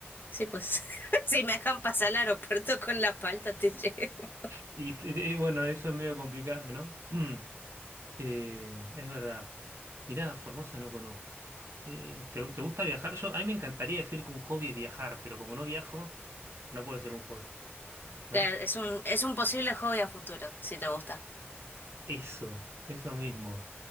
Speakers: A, on the left; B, on the right.
A: sí, pues. <laughs> Si me dejan pasar al aeropuerto con la palta, te llevo.
B: Y, t- y bueno, eso es medio complicado, ¿no? <clears throat> Eh, es verdad. Mirá, Formosa no conozco. Eh, ¿te, te gusta viajar? Yo, a mí me encantaría decir que un hobby es viajar, pero como no viajo, no puede ser un hobby, ¿no?
A: Ya, Es un, es un posible hobby a futuro, si te gusta.
B: Eso, eso mismo.